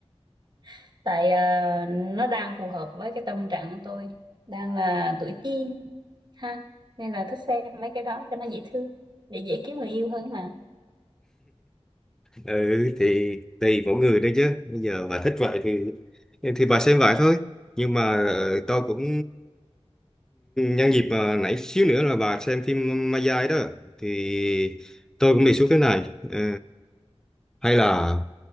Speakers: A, on the right (about 40°); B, in the centre.
A: <laughs> tại ờ, nó đang phù hợp với cái tâm trạng của tôi đang là tuổi teen ha nên là thích xem mấy cái đó cho nó dễ thương để dễ kiếm người yêu hơn mà
B: ừ thì tùy mỗi người đấy chứ bây giờ bà thích vậy thì thì bà xem vậy thôi nhưng mà ờ, tôi cũng Nhân dịp à, nãy xíu nữa là bà xem phim Ma Dai đó thì tôi cũng đề xuất thế này Ờ, hay là